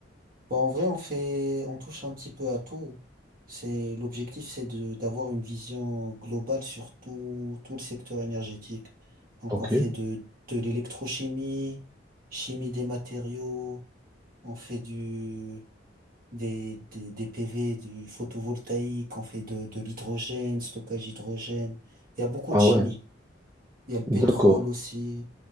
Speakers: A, on the right; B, on the right.
A: Bah, en vrai, on fait, on touche un petit peu à tout. C'est, l'objectif, c'est de, d'avoir une vision globale sur tout, tout le secteur énergétique. Donc,
B: Ok.
A: on fait de, de l'électrochimie, chimie des matériaux, on fait du, des, des, des PV, du photovoltaïque, on fait de, de l'hydrogène, stockage hydrogène. Il y a beaucoup
B: Ah
A: de chimie.
B: ouais,
A: Il y a le pétrole
B: d'accord.
A: aussi.